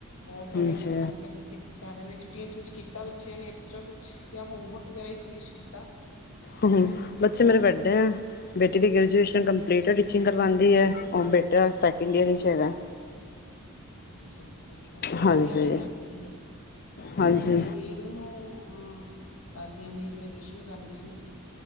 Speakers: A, on the left (about 65°); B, on the left (about 45°).
A: ਹੋਰ ਤੁਹਾਡੇ
B: ਹਾਂਜੀ
A: ਅੱਜ-ਕੱਲ੍ਹ ਬੱਚੇ ਕੀ ਕੀ ਕਰ ਰਹੇ ਨੇ, ਛੁੱਟੀਆਂ 'ਚ ਕੁੱਛ ਕੀਤਾ ਬੱਚਿਆਂ ਨੇ, ਐਕਸਟ੍ਰਾ ਕੁਛ ਜਾਂ ਹੋਮਵਰਕ ਵਗੈਰਾ ਈ ਫਿਨਿਸ਼ ਕੀਤਾ।
B: ਹੂ-ਹੂ, ਬੱਚੇ ਮੇਰੇ ਵੱਡੇ ਐਂ। ਬੇਟੀ ਦੀ ਗ੍ਰੈਜੂਏਸ਼ਨ ਕੰਪਲੀਟ
A: ਅੱਛਾ
B: ਏ,
A: ਅੱਛਾ
B: ਟੀਚਿੰਗ ਕਰਵਾਂਦੀ ਐ, ਔਰ ਬੇਟਾ ਸੈਕਿੰਡ ਈਅਰ 'ਚ ਹੈਗਾ।
A: ਅੱਛਾ-ਅੱਛਾ, ਅੱਛਾ, ਨੀ ਬਿੱਟੀਆਂ
B: ਹਾਂਜੀ,
A: ਮੇਰੀ ਵੀ ਹੈਗੀ ਐਂ। ਦੋਨੋਂ
B: ਹਾਂਜੀ,
A: ਬਿੱਟੀਆ ਮੇਰੀ ਦੋਨੋਂ ਹਾਂ ਕਰ ਰਹੀਆਂ ਨੇ, ਗ੍ਰੈਜੂਏਸ਼ਨ ਕਰ ਰਹੀਆਂ ਨੇ।